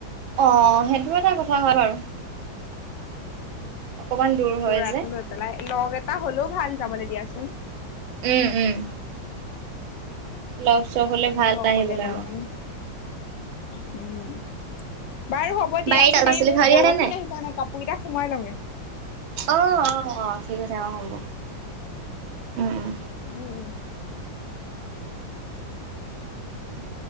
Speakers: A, on the right (about 80°); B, on the left (about 75°).
A: অ', সেইটো এটা কথা হয় বাৰু। অকমান দূৰ হয়
B: লৰাটো
A: যে
B: লৈ পেলাই লগ এটা হলেও ভাল যাবলৈ দিয়াচোন।
A: উম, উম, লগ চগ হলে
B: কিন্তু
A: ভাল
B: অকলে
A: আহিবলৈ
B: অকলে
A: অ
B: মানে হুম, বাৰু হ'ব দিয়াচোন
A: বাৰীত শাক
B: সেই
A: পাচলি
B: মোৰ
A: খাই দিয়া
B: বৰষুণ
A: নাই
B: আহিছে মানে কাপোৰ কেইটা সোমাই লওঁতে।
A: অ', অ', অ', ঠিক আছে অ', হ'ব উম, উম,
B: উম, উম,
A: উম,